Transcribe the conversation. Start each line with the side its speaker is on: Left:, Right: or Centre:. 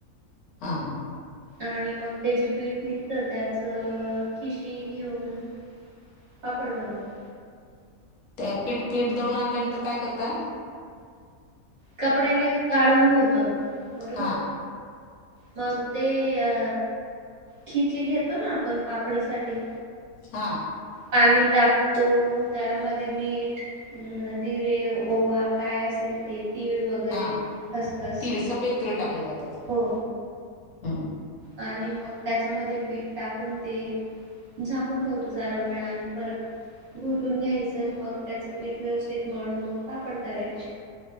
Left: हां.
Right: आणि मग ते जे पीठ निघतं त्याच खिशी घेऊन. पापड बनवतो.
Left: त्या पीठ-पीठ दळून आणल्यानंतर काय करता.
Right: कपड्याने गाळून घेतो बरोबर
Left: हा
Right: मग. ते अ खिची घेतो ना आपण पापडीसाठी.
Left: हा
Right: पाणी टाक. तो त्यामध्ये मीठ. अ जिरे ओवा काय असेल ते. तीळ वगैरे
Left: हा
Right: खसखस
Left: तीळ सफेद तीळ टाकले जातात.
Right: हो
Left: हम्.
Right: आणि मग त्याच्यामध्ये पीठ टाकून देईल. झाकून ठेवतो जरा वेळ आणि परत घोटून घ्यायचं मग त्याचं पीठ व्यवस्थित मळून मग कापड करायचे.